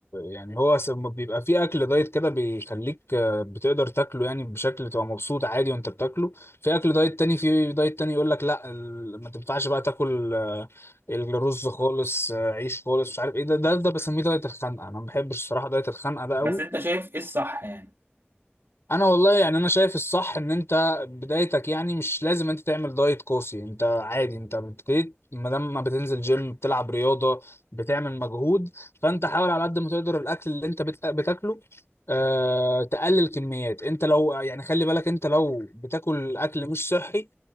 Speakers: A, on the left (about 85°); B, on the right (about 70°).
A: يعني هو س- بيبقى فيه اكل دايت كده بيخليك آه، بتقدر تاكله يعني بشكل تبقى مبسوط عادي وانت بتاكله في اكل دايت تاني في دايت تاني يقول لك لا ال- ما تنفعش بقى تاكل آه، الرز خالص آه، عيش خالص مش عارف ايه ده ده ده بسميه دايت الخنقه انا ما بحبش الصراحه دايت الخنقه ده قوي
B: بس أنت شايف إيه الصح يعني؟
A: انا والله يعني انا شايف الصح ان انت بدايتك يعني مش لازم انت تعمل دايت قاسي انت عادي انت بتبتدي ما دام ما بتنزل جيم بتلعب رياضه بتعمل مجهود فانت حاول على قد ما تقدر الاكل اللي انت بت- بتاكله آه تقلل كميات انت لو يعني خلي بالك انت لو بتاكل اكل مش صحي